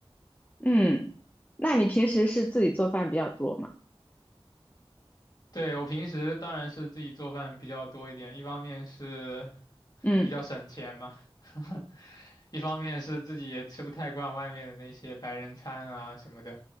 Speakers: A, on the left; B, on the left.
A: 嗯，那你平时是自己做饭比较多吗？
B: 对，我平时当然是自己做饭比较多一点，一方面是
A: 嗯
B: 比较省钱嘛。<laughs> 一方面是自己也吃不太惯外面的那些白人餐啊什么的。